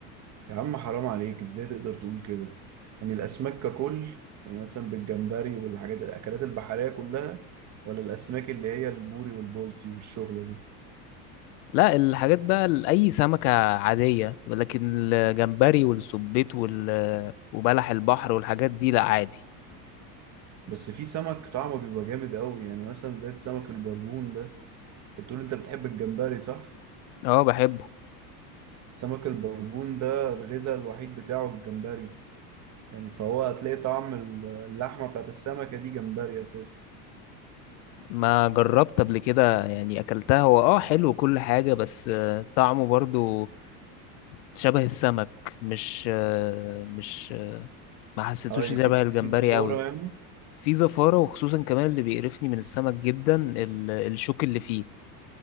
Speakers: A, on the right; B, on the left.
A: يا عم حرام عليك ازاي تقدر تقول كده يعني الاسماك ككل يعني مثلا بالجمبري والحاجات الاكلات البحرية كلها ولا الاسماك اللي هي البوري والبولتي والشغلة دي
B: لا الحاجات بقى ال- اي سمكه عاديه لكن الجمبري والسبيط وال وبلح البحر والحاجات دي لا عادي
A: بس في سمك طعمه بيبقى جامد قوي يعني مثلا زي السمك البربون ده انت بتقول انت بتحب الجمبري صح
B: اه بحبه
A: سمك البربون ده الغذاء الوحيد بتاعه الجمبري يعني فهو هتلاقي طعم اللحمة بتاعت السمكة دي جمبري أساسا
B: ما جربت قبل كده يعني اكلتها هو اه حلو كل حاجه بس آه، طعمه برضو شبه السمك مش آه، مش آه، ما حسيتوش
A: اه يعني
B: زي
A: في
B: بقى الجمبري
A: في زفارة
B: قوي
A: يعني
B: في زفارة وخصوصا كمان اللي بيقرفني من السمك جدا ال- الشوك اللي فيه